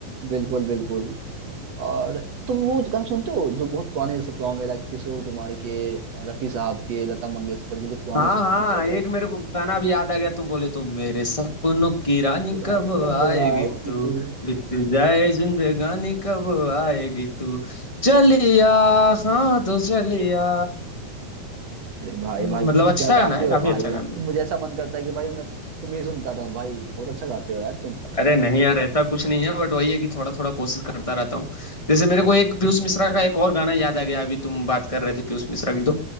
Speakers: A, on the right; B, on the left.
A: बिल्कुल बिल्कुल और तुम वो गाना सुनते हो जो बहुत पुराने सब सॉन्ग है लाइक किशोर कुमार के रफी साहब के लता मंगेशकर के जो पुराने
B: हाँ
A: सब
B: हाँ
A: सॉन्ग सब
B: एक
A: है
B: मेरे को गाना भी याद आ गया तुम बोले तो मेरे सपनों की रानी
A: कि रानी
B: कब
A: कब
B: आएगी
A: आओगी
B: तू
A: तू
B: बीत जाए जिंदगानी कब आएगी तू चलिया हाँ तो
A: रुत
B: चलिया
A: अरे भाई भाई
B: मतलब
A: तुम
B: अच्छा
A: क्या गाते
B: गाना है
A: हो
B: काफी
A: भाई
B: अच्छा गाना
A: अब
B: है
A: तो मुझे ऐसा मन करता है कि भाई मैं तुम्हें सुनता रहूं भाई बहुत अच्छा गाते हो यार तुम
B: अरे नहीं यार ऐसा कुछ नहीं है बट वही है कि थोड़ा थोड़ा कोशिश करता रहता हूँ
A: अरे
B: जैसे मेरे को
A: भाई
B: एक पीयूष मिश्रा का एक और गाना याद आ गया अभी तुम बात कर रहे थे पीयूष मिश्रा की तो